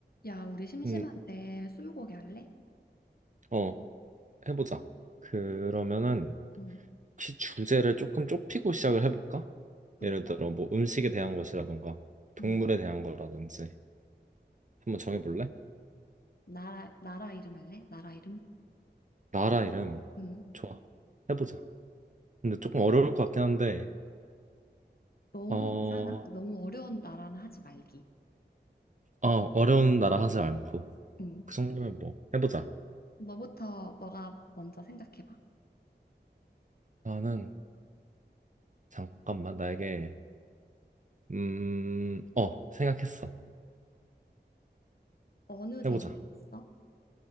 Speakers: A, on the left (about 55°); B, on the right (about 45°).
A: 야, 우리 심심한데
B: 음,
A: 스무고개 할래?
B: 어, 해보자. 그러면은
A: 응,
B: 혹시 주제를 조금 좁히고 시작을 해볼까?
A: 그럴까?
B: 예를 들어 뭐 음식에 대한 것이라던가 동물에
A: 응,
B: 대한 거라든지 한번 정해볼래?
A: 나라, 나라 이름 할래? 나라 이름?
B: 나라 이름
A: 응,
B: 좋아. 해보자. 근데 조금 어려울 것 같긴 한데
A: 너무
B: 어, 어
A: 이상한, 너무 어려운 나라는 하지 말기.
B: 어려운 나라 하지 않고
A: 응,
B: 그 정도면 뭐 해보자.
A: 너부터, 너가 먼저 생각해봐.
B: 나는 잠깐만 나에게 음, 어 생각했어.
A: 어느 대륙에
B: 해보자.
A: 있어?